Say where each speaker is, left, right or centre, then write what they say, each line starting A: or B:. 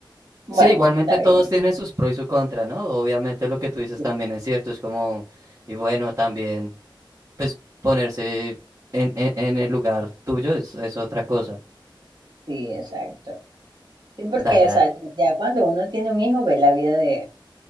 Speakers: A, on the right; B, on the right.
A: Bueno,
B: Sí, igualmente
A: está
B: todos
A: bien.
B: tienen sus pros y sus contras, ¿no? Obviamente lo que tú dices
A: Sí,
B: también es cierto, es como, y bueno, también, pues ponerse en, en, en el lugar tuyo es, es otra cosa.
A: sí, exacto. Sí, porque,
B: Dale, dale.
A: o sea, ya cuando uno tiene un hijo, ve la vida de,